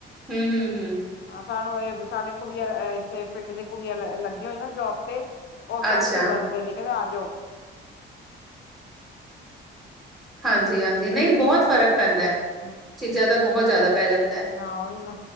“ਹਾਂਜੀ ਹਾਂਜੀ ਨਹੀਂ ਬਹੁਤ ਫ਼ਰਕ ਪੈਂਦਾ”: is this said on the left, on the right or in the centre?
Centre